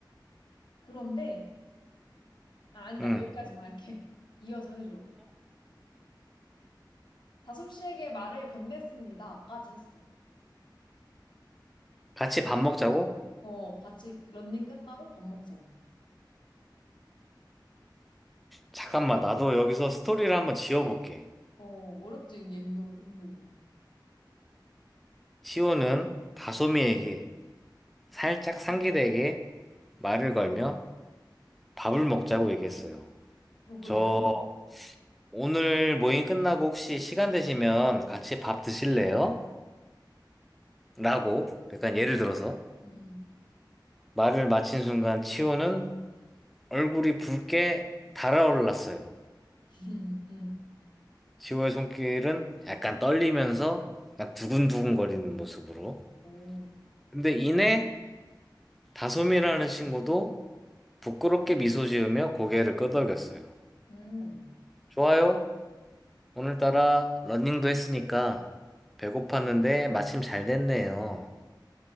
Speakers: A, on the left; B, in the centre.
A: 그런데, 아, 아니다.
B: 음,
A: 여기까지만 할게. <laughs> 이어서 해주라. 다솜 씨에게 말을 건넸습니다.까지 했어.
B: 같이 밥 먹자고?
A: 어, 같이 런닝 끝나고 밥 먹자고.
B: 잠깐만, 나도 여기서 스토리를 한번 지어볼게.
A: 어, 어렵지, 이게 은근, 은근히.
B: 시호는 다솜이에게 살짝 상기되게 말을 걸며 밥을 먹자고 얘기했어요.
A: 어, 그거
B: 저
A: 내가 한 거.
B: 오늘 모임 끝나고 혹시 시간 되시면 같이 밥 드실래요? 라고 약간 예를 들어서
A: 응, 응.
B: 말을 마친 순간 치호는 얼굴이 붉게 달아올랐어요.
A: <laughs> 응.
B: 치호의 손길은 약간 떨리면서 약간 두근두근 거리는 모습으로.
A: 오.
B: 근데 이내 다솜이라는 친구도 부끄럽게 미소 지으며 고개를 끄덕였어요.
A: 음.
B: 좋아요. 오늘따라 러닝도 했으니까 배고팠는데 마침 잘 됐네요.